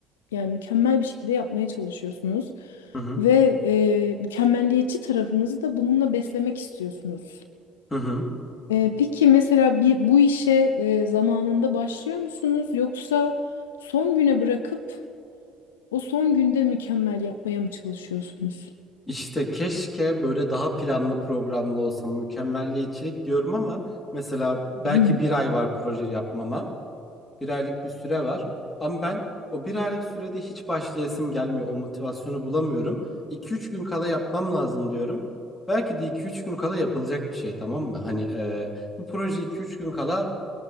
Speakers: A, on the left (about 85°); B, on the left (about 25°).
A: yani mükemmel bir şekilde yapmaya çalışıyorsunuz
B: Hı hı,
A: ve e, mükemmelliyetçi tarafınızı da bununla beslemek istiyorsunuz.
B: hı hı.
A: E, peki mesela bir, bu işe e, zamanında başlıyor musunuz yoksa son güne bırakıp o son günde mükemmel yapmaya mı çalışıyorsunuz?
B: İşte keşke böyle daha planlı programlı olsam mükemmelliyetçilik diyorum ama mesela belki
A: <clears throat>
B: bir ay var proje yapmama. Bir aylık bir süre var. Ama ben o bir aylık sürede hiç başlayasım gelmiyor. O motivasyonu bulamıyorum. 2 üç gün kala yapmam lazım diyorum. Belki de iki üç gün kala yapılacak bir şey tamam mı? Hani e, bu proje iki üç gün kala